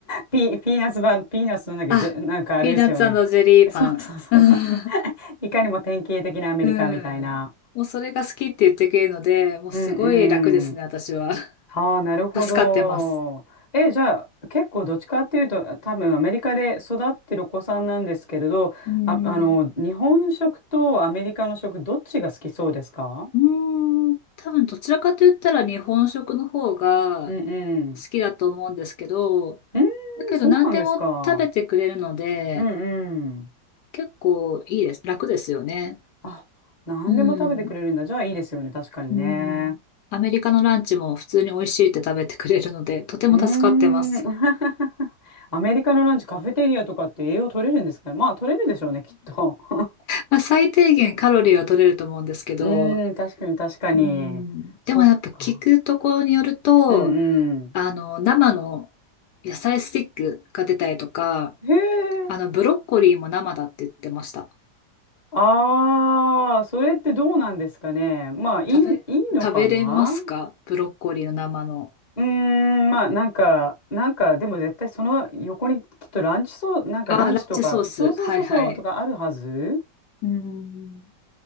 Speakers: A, on the left (about 25°); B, on the left (about 70°).
A: ピ、ピーナッツバ、ピーナッツなんだっけ、
B: あ、
A: ジェなんかあれですよね。
B: ピーナッツジェリーパン。
A: そうそうそうそう。
B: <laughs>
A: いかにも典型的なアメリカみたいな。
B: うん。もうそれが好きって言ってくれるので、もうすごい楽ですね、
A: うんうん。
B: 私は。<laughs>
A: はあ、なるほど。
B: 助かってます。
A: え、じゃあ、結構どっちかっていうと、多分アメリカで育ってるお子さんなんですけれど、
B: うん。
A: あ、あの、日本食とアメリカの食、どっちが好きそうですか
B: うーん。多分どちらかと言ったら日本食の方が
A: うんうん。
B: 好きだと思うんですけど、
A: うー
B: だけど何でも食べてくれるので、
A: ん、そうなんですか。うんうん。
B: 結構いいです。楽ですよね。
A: あ、何でも食べてくれるんだ。
B: うん。
A: じゃあいいですよね。確かにね。
B: うん。アメリカのランチも普通に美味しいって食べてくれるので、とても助かってます。
A: うーん。<laughs> アメリカのランチ、カフェテリアとかって栄養取れるんですかまあ、取れるでしょうね、きっと。<laughs>
B: まあ、最低限カロリーは取れると思うんですけど、
A: うーん、確かに確かに。
B: うん、
A: そっか。
B: でもやっぱ聞くところによると、
A: うんうん。
B: あの、生の野菜スティックが出たりとか、
A: へえ。
B: あの、ブロッコリーも生だって言ってました。
A: ああ、それってどうなんですかね。まあ、いい、
B: 食べ、
A: いいのかな
B: 食べれますかブロッコリーの生の。
A: うーん、まあ、なんか、なんか、でも絶対その横にきっとランチそう、なんかランチとか、
B: あ、ランチソース。
A: そうそうそうそうとかあるはず
B: はいはい。うん、